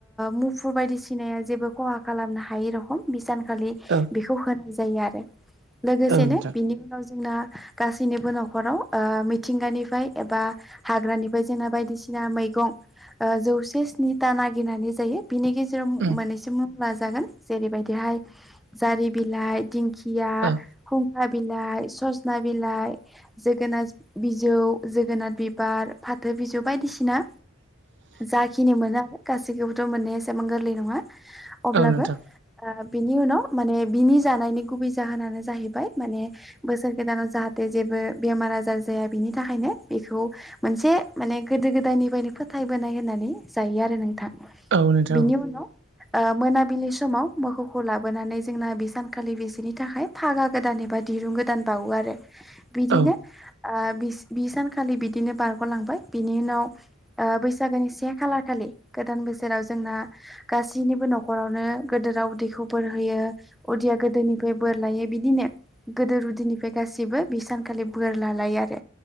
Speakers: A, in the centre; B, on the right.
A: मुफुर बायदिसिनाया जेबो खहा खालामनो हायै रखम बिसान खालि
B: औ
A: बेखौ होनाय जायो । आरो लोगोसेनो
B: औ नोंथां
A: बिनि उनाव जोंना गासैनिबो न'खराव मिथिंगानिफ्राय एबा हाग्रानिफ्राय जोंना बायदिसिना मैगं जौसे स्निथा नागिरनानै जायो। बिनि गेजेराव
B: उम
A: मोननैसो मुं लानिसै जेरैबायदिहाय जारि बिलाइ, दोंखिया,
B: औ
A: खुंखा बिलाइ, सजना बिलाइ, जोगोनार बिजौ, जोगोनार बिबार फाथो बिजौ बायदिसिना
B: <inaudible>
A: जाखिनि मोनो गासैखौबोथ' मोननाया एसेबां गोरलै नङा। अब्लाबो
B: औ नोंथां
A: बिनि उनाव माने बिनि जानायनि गुबै जाहोनानो जाहैबाय माने बोसोर गोदानाव जाहाथे जेबो बेमार आजार जाया बेनि थाखायनो बेखौ मोनसे गोदो गोदायनिफ्रायनो फोथायबोनाय होननानै जायो आरो नोंथां।
B: औ नोंथां
A: बिनि उनाव मोनाबिलि समाव मोसौखौ लाबोनानै जोंना बे सानखालि बिसोरनि थाखाय फागा गोदान एबा दिरुं गोदान बावो आरो । बिदिनो
B: औ
A: बि बि सानखालि बिदिनो बारग'लांबाय। बिनि उनाव ओ बैसागोनि से खालार खालि गोदान बोसोराव जोंना गासैनिबो न'खरावनो गिदिरा उदैखौ बोर होयो उदिया गोदिनिफ्राय बोर लायो बिदिनो गोदो उदिनिफ्राय गासिबो बे सानखालि बोर लालायो। आरो